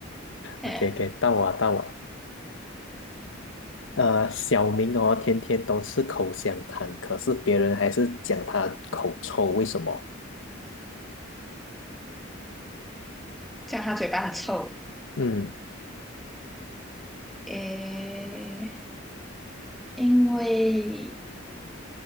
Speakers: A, in the centre; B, on the left.
A: 嗯，
B: ，OK OK，到我到我，呃，小明哦，天天都吃口香糖，可是别人还是讲他口臭，为什么？
A: 这样他嘴巴很臭。
B: 嗯，
A: 诶，因为